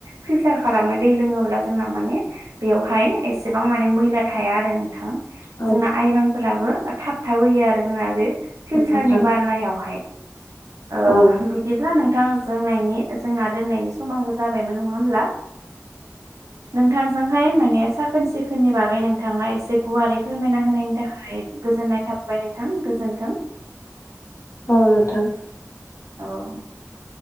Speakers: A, on the right; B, on the left.
A: फिलटार खालामना दै लोङोब्ला जोंना माने बेयावहाय एसेबां मा ने मैला थाया आरो नोंथां
B: औ
A: जोंना
B: नोंथां औ
A: आइरनफोराबो थाबथाबोयो आरो जोंना बे फिलटारनि
B: नोंथां
A: बालायावहाय ओ
B: औ
A: बिद दिब्ला नोंथां जोंनायनि जोंना दोननायनि समाबो जाबायमोन नङा होमब्ला? नोंथां जोंहाय माने साखोन सिखोननि बागै नोंथाङा एसे गुवारै फोरमायना होनायनि थाखाय गोजोननाय थाबाय नोंथां गोजोनथों।
B: औ नोथां।
A: औ